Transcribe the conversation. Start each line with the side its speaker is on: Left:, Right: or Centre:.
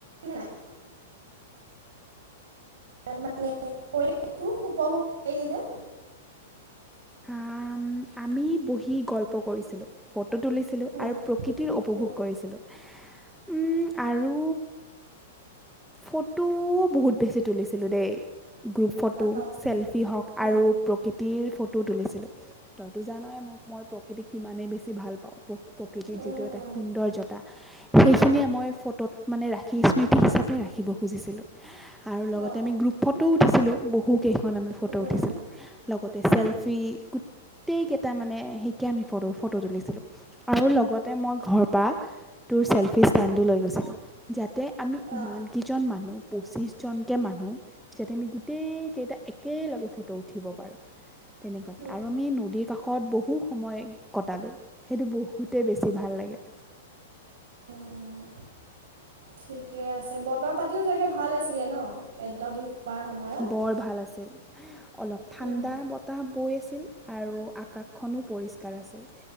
Right: নাই মানে পৰিেৱেশটো উপভোগ কৰিলিনে?
Centre: আম -আমি বহি গল্প কৰিছিলো। ফট ফটো তুলিছিলোঁ
Right: উম,
Centre: আৰু প্ৰকৃতিৰ উপভোগ
Right: উম,
Centre: কৰিছিলোঁ। ম আৰু ফটো বহুত বেছি তুলিছিলোঁ দেই। গ্ৰুপ ফটো
Right: অ,
Centre: চেলফি হওক
Right: উম,
Centre: আৰু প্ৰকৃতিৰ ফট টো তুলিছিলোঁ। তইতো জানই মোক, মই প্ৰকৃতিক ইমানেই বেছি ভাল পাওঁ প্ৰ প্ৰকৃতিৰ
Right: উম,
Centre: যিটো এটা
Right: উম,
Centre: সৌন্দৰ্য্যতা সেইখিনিয়ে মই ফটোত মানে ৰাশি স্মৃতি হিচাপে ৰাখিব খুজিছিলোঁ। আৰু লগতে
Right: অ,
Centre: আমি গ্ৰুপ ফটোও উঠিছিলোঁ বহু হু কেইখন আমি ফটো
Right: উম,
Centre: উঠিছিলোঁ
Right: উম,
Centre: লগতে চেল্ফ ফি গোটেইকেইটা মানে সেইকে আমি ফটো ফটো তুলিছিলোঁ। আৰু লগতে মই ঘৰ পৰা তোৰ চেল্ফি ষ্টেণ্ডটো লৈ গৈছিলোঁ। যাতে আমি ইমানকেইজন
Right: অ,
Centre: মানুহ পুঁচিশ জনকে মানুহ যাতে আমি গোটেই কেইটা একেলগে ফটো উঠিব পাৰোঁ। তেনেকুৱা
Right: উম,
Centre: আৰু আমি নদীৰ কাষত বহু সময় কটালোঁ সেইটো বহুতেই বেছি ভাল লাগে।
Right: অঁ অঁ ঠিকে আছে। বতৰ- পাতিও চাগে ভাল আছিলে ন' এ তহঁতি যোৱাৰ সময়ত?
Centre: বৰ ভাল আছিল অলপ ঠাণ্ডা
Right: উম,
Centre: বতাহ বৈ আছিল আৰু আকাশখনো পৰিষ্কাৰ আছিল